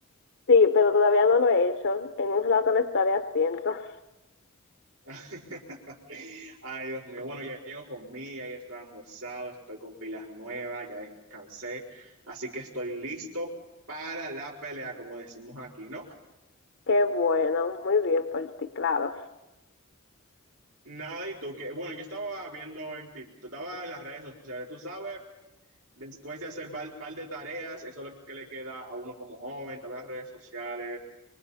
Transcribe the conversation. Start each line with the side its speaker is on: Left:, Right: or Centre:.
Left: Sí, pero todavía no lo he hecho. En un rato lo estaré haciendo. <laughs>
Right: <laughs> Ay, Dios mío. Bueno, ya yo comí, ya yo estoy almorzado, estoy con pilas nuevas, ya descansé. Así que estoy listo para la pelea, como decimos aquí, ¿no?
Left: Qué bueno, muy bien por ti, claro.
Right: Nada, y tú que, bueno, yo estaba viendo en ti, tú estabas en las redes sociales, tú sabes, después de hacer un par de tareas, eso es lo que le queda a uno como joven, también las redes sociales.